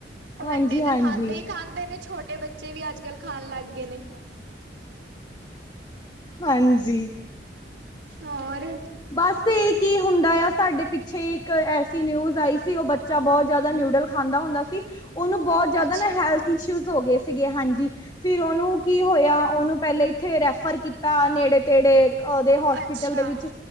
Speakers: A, on the left; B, on the right.
A: ਹਾਂਜੀ-ਹਾਂਜੀ,
B: ਵੱਡੇ ਤੇ ਖਾਂਦੇ ਹੀ ਖਾਂਦੇ ਛੋਟੇ ਬੱਚੇ ਵੀ ਅੱਜ ਕੱਲ੍ਹ ਖਾਨ ਲੱਗ ਗਏ ਨੇ
A: ਹਾਂਜੀ। ਹਾਂਜੀ।
B: ਹੋਰ
A: ਬਸ ਇਹ ਕੀ ਹੁੰਦਾ ਤੁਹਾਡੇ ਪਿੱਛੇ ਇੱਕ ਐਸੀ ਨਿਊਜ਼ ਆਈ ਸੀ ਉਹ ਬੱਚਾ ਬਹੁਤ ਜ਼ਿਆਦਾ ਨਿਊਡ ਖਾਂਦਾ ਹੁੰਦਾ ਸੀ ਉਹਨੂੰ ਬਹੁਤ ਜਿਆਦਾ
B: ਅੱਛਾ
A: ਨਾ ਹੈਲਥ ਇਸ਼ੂ ਹੋ ਗਏ ਸੀਗੇ। ਹਾਂਜੀ ਫਿਰ ਉਹ ਉਹਨੂੰ ਕੀ ਹੋਇਆ ਉਹਨੂੰ ਪਹਿਲੇ ਇੱਥੇ ਰੈਫਰ ਕੀਤਾ ਨੇੜੇ, ਤੇੜੇ ਉਹਦੇ ਹੋਸਪਿਟਲ
B: ਅੱਛਾ
A: ਦੇ ਵਿੱਚ